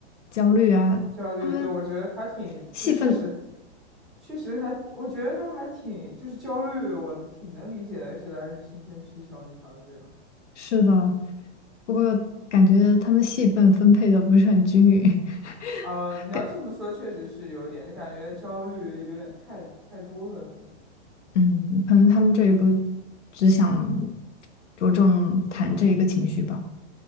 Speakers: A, on the left (about 85°); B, in the centre.
A: 焦虑啊，
B: 焦虑，
A: 他们
B: 对，我觉得还挺，
A: 戏份。
B: 就确实，确实还，我觉得她还挺，就是焦虑，我挺能理解的，觉得是青春期小女孩儿这样。
A: 是的，不过感觉他们戏份分配的不是很均匀，<laughs>
B: 呃，你要这么说，
A: 感
B: 确实是有点，就感觉焦虑有点太太多了，可能。
A: 嗯，可能他们这一部只想着重谈这一个情绪吧，